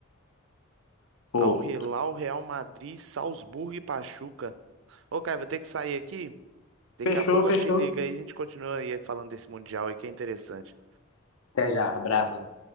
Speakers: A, on the left (about 70°); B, on the right (about 60°).
A: Pô.
B: Al Hilal, Real Madrid, Salzburgo e Pachuca. Ô, cara, vou ter que sair aqui. Daqui
A: Fechou,
B: a pouco
A: fechou.
B: eu te ligo aí, a gente continua aí falando desse Mundial aí que é interessante.
A: Até já, abraço.
B: Falou.